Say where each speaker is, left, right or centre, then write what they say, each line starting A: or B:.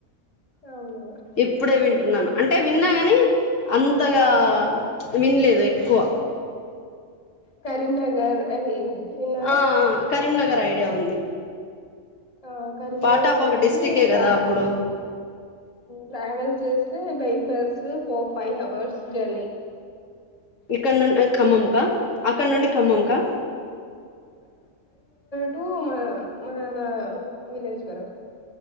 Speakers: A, on the left; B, on the left.
A: అవునా
B: ఇప్పుడే వింటున్నాను అంటే విన్నా గని అంతగా
A: ఉమ్.
B: విన్లేద్ ఎక్వా
A: కరీంనగర్ అవి విన్నరా
B: ఆ కరీంనగర్ ఐడియా ఉంది
A: ఆ కరీంనగర్
B: పార్ట్ ఆఫ్
A: నుంచి
B: ఒక డిస్టికే
A: ట్రావ్
B: కదా అప్పుడు
A: ట్రావెల్ చేసి by bus for five hours journey
B: క్కడ్ నుంఅ ఖమ్మంకా అక్కడ్ నుండి ఖమ్మంకా
A: అ మన మన నా విలేజ్ వరకు